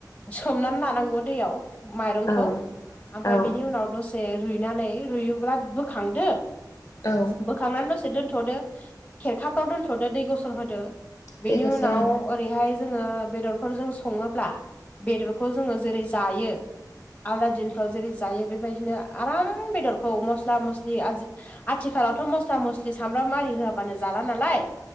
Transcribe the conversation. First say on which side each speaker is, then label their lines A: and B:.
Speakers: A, on the left (about 20°); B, on the left (about 40°).
A: सोमनानै लानांगौ दैयाव माइरंखौ
B: औ
A: ओमफ्राय
B: औ
A: बिनि उनाव जे रुइनानै रुइयोब्ला बोखांदो
B: औ
A: बोखांनानै दसे दोनथदो खेरखाफ्राव दोनथ'दो दै गसर होदो बेनि
B: दै गोसो
A: उनाव
B: होनाय
A: ओरैहाय ओ जोंङो बेदरफोरजों संङोब्ला बेदरखौ जोंङो जेरै जायो आलादा दिनफ्राव जेरै जायो बेबायदिनो आराम बेदरखौ मस्ला मस्लि आजि आथिखालावथ' मस्ला मस्लि सामब्राम आरि होआबानो जाला नालाय